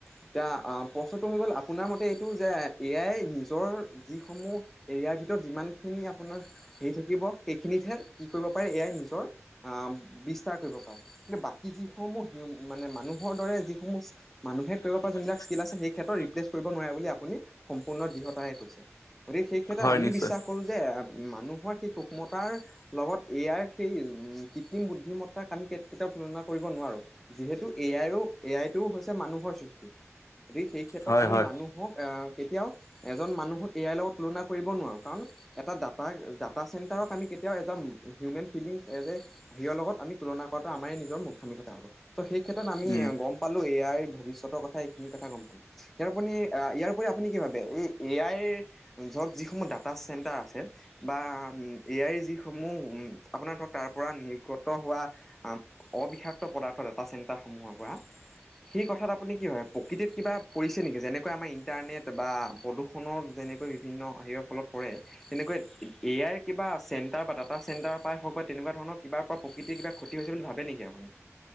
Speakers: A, in the centre; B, on the left.
A: এতিয়া অ পচত আপোনাৰ মতে এইটো যে, এ আই নিজৰ যি সমূহ ইয়াৰ ভিতৰত যিমান খিনিয়ে আপোনাৰ হেৰি থাকিব সেইখিনিতে কি কৰিব পাৰে এ আই নিজৰ বিস্তাৰ কৰিব পাৰে কিন্তু বাকী যি সমূহ মানে মানুহৰ দৰে যিসমূহ মানুহে কৰিব
B: ধৰিব
A: পৰা
B: পাৰা
A: যোনবিলাক
B: যিমানখিনি
A: স্কিল
B: ধৰিব
A: আছে
B: পাৰে।
A: সেই
B: <inaudible>
A: ক্ষেত্ৰত ৰিপ্লেচ কৰিব নোৱাৰে বুলি আপুনি সম্পূৰ্ণ দৃঢ়তাৰে কৈছে গতিকে সেই ক্ষেত্ৰত
B: হয়
A: আমি
B: নিশ্চয়
A: বিশ্বাস কৰো যে মানুহৰ সেই সূক্ষ্মতাৰ লগত এ আইৰ সেই কৃত্ৰিম বুদ্ধিমত্তাক আমি কেতিয়াও তুলনা কৰিব নোৱাৰোঁ, যিহেতু এ আই এ আইটো হৈছে মানুহৰ গতিকে সেই ক্ষেত্ৰত
B: হয়
A: আমি
B: হয়
A: মানুহক এ কেতিয়াও এজন মানুহ এ আই লগত তুলনা কৰিব নোৱাৰো কাৰণ এটাত তাৰ ডাটা চেণ্টাৰক আমি কেতিয়াও এজন হিউমেন ফিলিংছ এজ এ হেৰি লগত আমি তুলনা কৰাটো আমাৰে নিজৰ মুৰ্খামি কথা হ'ব। চ' সেই ক্ষেত্ৰত আমি
B: উম
A: গম পালোঁ এ আই ভৱিষ্যতৰ কথা এইখিনি কথা গম ইয়াৰ আপুনি, এ ইয়াৰওপৰি আপুনি কি ভাবে এয়াইৰ, এ আইৰ ধৰক যিসমূহ ডাটা চেণ্টাৰ আছে বা এ আইৰ যিসমূহ আপোনাৰ ধৰক তাৰ পৰা নিৰ্গত হোৱা অবিষাক্ত পদাৰ্থ ডাটা চেণ্টাৰসমূহৰ পৰা সেই কথাত আপুনি কি ভাবে প্ৰকৃতিত কিবা পৰিছে নেকি যেনেকৈ আমাৰ ইণ্টাৰনেট বা প্ৰদূষণৰ যেনেকৈ বিভিন্ন হেৰিৰ ফলত পৰে তেনেকৈ এ আইৰ কিবা চেণ্টাৰ বা ডাটা চেণ্টাৰ পৰাই হওক বা তেনেকুৱা ধৰণৰ কিবাৰ পৰা প্ৰকৃতিৰ কিবা ক্ষতি হৈছে বুলি ভাবে নেকি আপুনি?